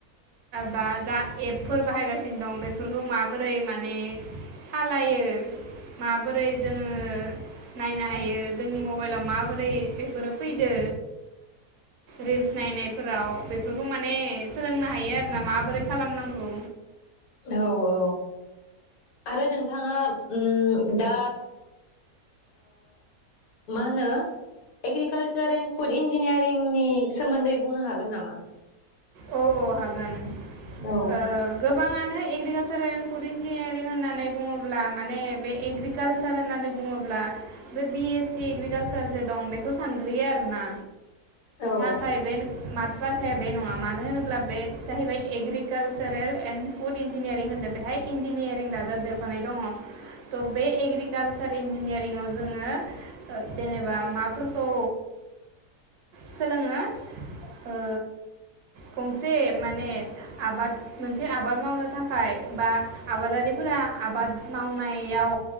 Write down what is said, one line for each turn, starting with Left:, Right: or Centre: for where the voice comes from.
Right: बा जा एपफोर बाहायगासिनो दं बेफोरखौ माबोरै माने सालायो माबोरै जोङो नायनो हायो जोंनि मबाइलाव माबोरै बेफोरो फैदो रिल्स नायनायफोराव बेफोरखौ माने सोलोंनो हायो आरोना माबोरै खालामनांगौ?
Left: औ औ आरो नोंथाङा उम दा मा होनो एग्रिकालसार एण फुड इन्जिनियारिंनि सोमोन्दै बुंनो हागोन नामा?
Right: औ औ हागोन
Left: औ
Right: ओ गोबाङानो एग्रिकालसारेल फुड इन्जिनियारिं होननानै बुङोब्ला माने बे एग्रिकालसार होननानै बुङोब्ला बे बि एस सि एग्रिकालसार जे दं बेखौ सानग्रोयो आरोना।
Left: औ
Right: नाथाय बे मा बाथ्राया बे नङा मानो होनोब्ला बे जाहैबाय एग्रिकालसारेल एण्ड फुड इन्जिनियारिं होन्दों बेहाय इन्जिनियारिं दाजाबदेरफानाय दङ तह बे एग्रिकालसार इन्जिनियारिंआव जोङो जेनेबा माफोरखौ सोलोङो ओ गंसे माने आबाद मोनसे आबाद मावनो थाखाय बा आबादारिफोरा आबाद मावनायाव